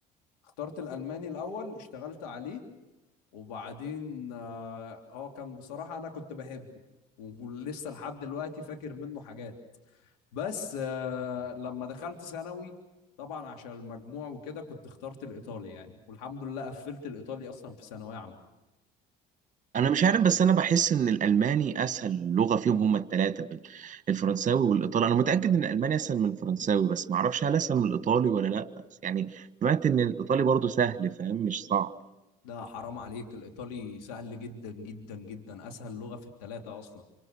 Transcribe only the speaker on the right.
انا مش عارف بس انا بحس ان الالماني اسهل لغه فيهم هما الثلاثه الفرنساوي والايطالي انا متاكد ان الالماني اسهل من الفرنساوي بس ما اعرفش هل اسهل من الايطالي ولا لا بس يعني سمعت ان الايطالي برضو سهل فاهم مش صعب